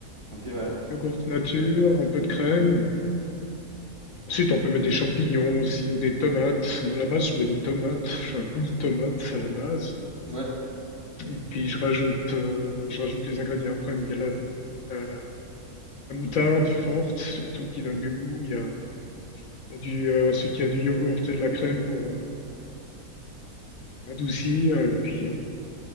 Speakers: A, on the right (about 20°); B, on the left (about 65°).
A: Ok, ouais.
B: yogourt nature, un peu de crème. Ensuite, on peut mettre des champignons aussi ou des tomates. Moi, à la base, je mets des tomates. Je fais un coulis de tomates à la base.
A: Ouais.
B: Et puis, je rajoute, euh, je rajoute les ingrédients après. Mais il y a la, la, la- la moutarde forte, surtout, qui donne du goût. Il y a, il y a du, euh, ensuite, il y a du yogourt et de la crème pour, euh, adouci, euh, et puis on peut,